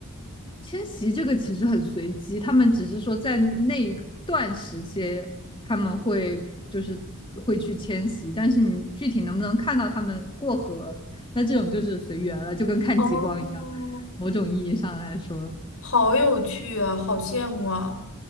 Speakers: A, on the left; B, on the left.
A: 迁徙这个其实很随机，他们只是说在那一段时间他们会就是会去迁徙，但是你具体能不能看到他们过河，那这种就是随缘了，就跟看极光一样。
B: 哦，
A: 某种意义上来说，
B: 好有趣啊，好羡慕啊！